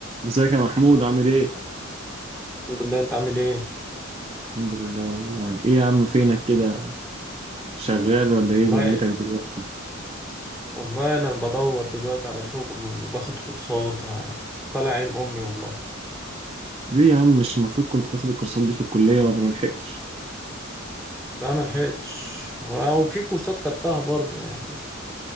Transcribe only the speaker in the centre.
الحمد لله انت عامل ايه
والله
والله انا بدور دلوقتي على شغل وباخد كورسات ه- طالع عين امي والله
لا ما لحقتش او في كورسات خدتها برضو يعني